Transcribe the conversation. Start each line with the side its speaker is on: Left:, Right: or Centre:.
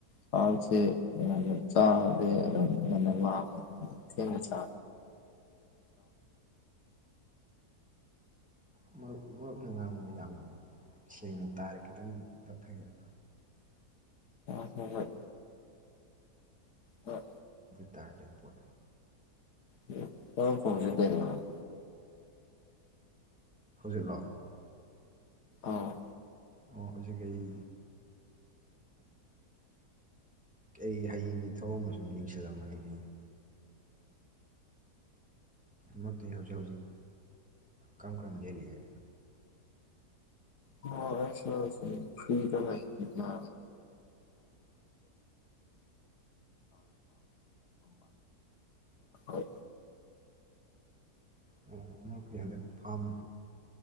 Left: ꯆꯥꯁꯦ ꯌꯥꯝꯅ ꯆꯥꯔꯗꯤ ꯑꯗꯨꯝ ꯉꯟꯅ ꯂꯥꯝꯕ ꯊꯦꯡꯅ ꯆꯥ
Centre: ꯃꯔꯨꯞ ꯃꯔꯨꯞꯅ ꯉꯥꯡꯕꯗꯣ ꯌꯥꯝ ꯁꯦꯡꯅ ꯇꯥꯔꯦ ꯈꯤꯇꯪ ꯇꯞꯊꯒꯦꯔ꯫
Left: ꯑꯥ ꯍꯣ ꯍꯣꯏ ꯍꯣꯏ꯫
Centre: ꯇꯥꯗ꯭ꯔꯦ ꯄꯣꯠ꯫
Left: <unintelligible> ꯃꯥꯏ ꯃꯈꯣꯡꯁꯦ ꯀꯩꯗꯧꯔꯦ꯫
Centre: ꯍꯧꯖꯤꯛꯂꯣ꯫
Left: ꯑꯥ꯫
Centre: ꯑꯣ ꯍꯧꯖꯤꯛ ꯑꯩ꯫ ꯑꯩ ꯍꯌꯦꯡꯒꯤ ꯊꯕꯛ ꯑꯃ ꯁꯨꯝ ꯌꯦꯡꯁꯤꯜꯂꯝꯕꯅꯤ ꯍꯌꯦꯡ꯫ ꯃꯔꯨꯞꯇꯤ ꯍꯧꯖꯤꯛ ꯍꯧꯖꯤꯛ ꯀꯔꯝ ꯀꯔꯝ ꯂꯦꯜꯂꯤꯒꯦ꯫
Left: ꯑꯣ ꯍꯣꯏꯁꯦ ꯍꯣꯏꯁꯦ ꯐ꯭ꯔꯤꯗ ꯂꯩꯕ꯫ <inaudible>
Centre: ꯑꯣ ꯃꯔꯨꯞꯀꯤ ꯍꯟꯗꯛ ꯐꯥꯝ꯫